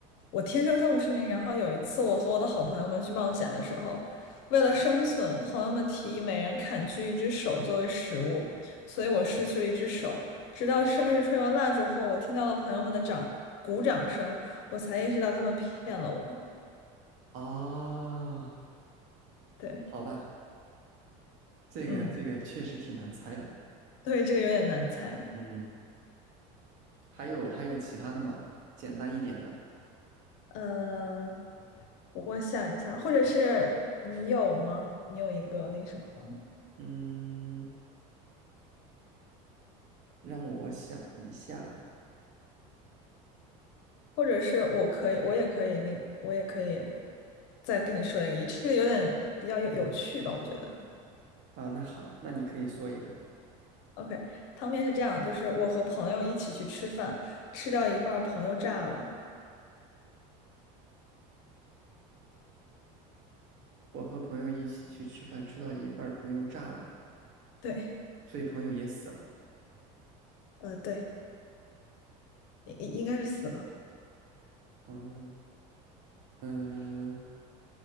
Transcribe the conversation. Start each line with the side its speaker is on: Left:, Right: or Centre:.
Left: 我天生双目失明。然后有一次，我和我的好朋友们去冒险的时候，为了生存，朋友们提议每人砍去一只手作为食物，所以我失去了一只手。直到生日吹完蜡烛后，我听到了朋友们的掌鼓掌声，我才意识到他们骗了我。
Right: 啊，
Left: 对，
Right: 好吧，这个这个确实挺难猜的。
Left: 嗯，对，这个有点难猜。
Right: 嗯，还有还有其他的吗？简单一点的。
Left: 嗯、我想一下，或者是你有吗？你有一个那什么吗？
Right: 嗯，让我想一下
Left: 或者是我可以，我也可以，那我也可以再跟你说一个，这个有点比较有有趣吧，我觉得。
Right: 啊。那好，那你可以说一个。
Left: OK，汤面是这样，就是我和朋友一起去吃饭，吃掉一半儿朋友炸了。
Right: 我和朋友一起去吃饭，吃到一半儿，朋友炸了，
Left: 对，
Right: 所以朋友也死了。
Left: 呃，对，应应该是死了。
Right: 嗯嗯、呃